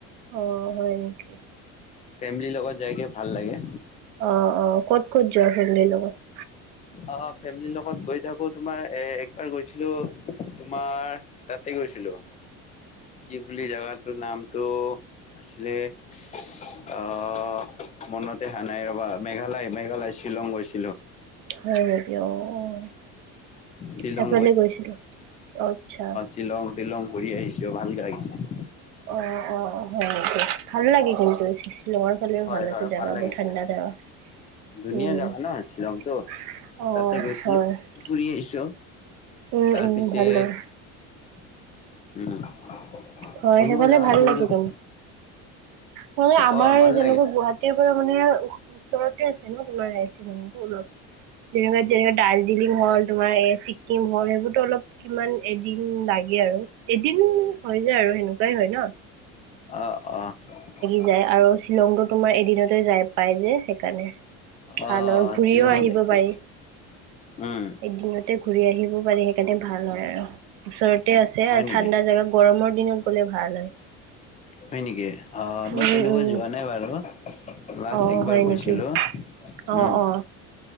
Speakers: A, on the right; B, on the left.
A: অ হয় নেকি
B: ফেমিলিৰ লগত যাইকে ভাল লাগে
A: অ অ ক'ত ক'ত যোৱা ফেমিলিৰ লগত
B: অ ফেমিলিৰ লগত গৈ থাকো তোমাৰ এ একবাৰ গৈছিলো তোমাৰ তাতে গৈছিলো কি বুলি জেগাটো নামটো আছিলে <unintelligible> আহ মনতে অহা নাই ৰবা মেঘালয়-মেঘালয়, শ্বিলং গৈছিলোঁ। <unintelligible>
A: হয় নেকি অ-অ <unintelligible>
B: শ্বিলং
A: সেইফালে গৈছিলো <inaudible> আচ্ছা।
B: শ্বিলং-তিলং ঘূৰি আহিছোঁ ভালকৈ লাগিছে। <unintelligible>
A: অ-অ, হয় নেকি? ভাল লাগে কিন্তু শিলঙৰ <unintelligible> হলেও
B: হয়
A: ভাল আছে
B: হয়
A: জেগাবোৰ
B: লাগিছে
A: ঠাণ্ডা জেগা।
B: ধুনীয়া
A: উম!
B: জাগা ন শ্বিলংটো
A: <unintelligible> অঁ!
B: তাতে গৈছিলো
A: হয়। <inaudible>
B: ফুৰি আহিছোঁ।
A: উম,
B: তাৰপিছে
A: উম, ভাল লাগে।
B: <unintelligible> উম <unintelligible>
A: হয় সেইফালে
B: জাগা
A: ভাল
B: ফুৰিকে
A: লাগিব। সেই আমাৰ
B: অ ভাল
A: যেনেকৈ
B: লাগে
A: <unintelligible> গুৱাহাটীৰ পৰা মানে ওচৰতে আছে ন তোমাৰ ৰাই <unintelligible> চমো অলপ। যেনেকা-যেনেকা দাৰ্জিলিং হল, তোমাৰ ছিকিম হল, সেইবোৰতো অলপ <unintelligible> কিমান এদিন লাগে আৰু এদিন হয় যায় আৰু সেনেকুৱাই হয় ন। <unintelligible>
B: অঁ-অঁ! <unintelligible>
A: যাই আৰু শ্বিলংতো তোমাৰ এদিনতে যাই পাই যে সেইকাৰণে। <unintelligible> ভাল
B: অ
A: আৰু ঘূৰিও
B: শ্বিলঙত
A: আহিব
B: একে
A: পাৰি
B: উম
A: এদিনত। <unintelligible> <unintelligible> ঘূৰি আহিব পাৰি সেইকাৰণে ভাল হয় আৰু ওচৰতে আছে
B: হয়
A: আৰু
B: নেকি
A: ঠাণ্ডা জেগা। গৰমৰ দিনত গ'লে ভাল হয়। <unintelligible>
B: হয় নেকি? অঁ! মই
A: উম
B: তেনেকুৱা
A: উম
B: যোৱা নাই বাৰু। <unintelligible> লাষ্ট
A: অ
B: একবাৰ
A: হয়
B: গৈছিলোঁ।
A: নেকি অ
B: উম!
A: অ